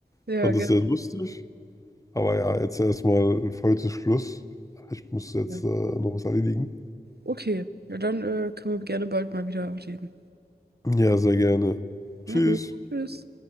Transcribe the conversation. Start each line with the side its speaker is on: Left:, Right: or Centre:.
Right: ja,
Left: Ich fand
Right: gerne.
Left: das sehr lustig. Aber ja, jetzt erstmal für heute Schluss. Ich muss jetzt
Right: Ja.
Left: äh, noch was erledigen.
Right: Okay. Ja, dann äh, können wir gerne bald mal wieder reden.
Left: Ja, sehr gerne.
Right: Na
Left: Tschüss.
Right: gut. Tschüss.